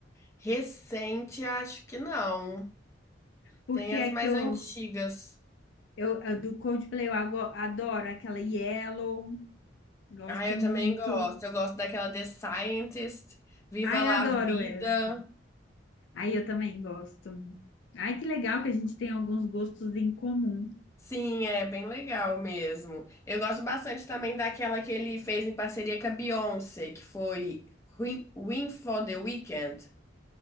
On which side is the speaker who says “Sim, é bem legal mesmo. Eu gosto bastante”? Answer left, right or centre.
Left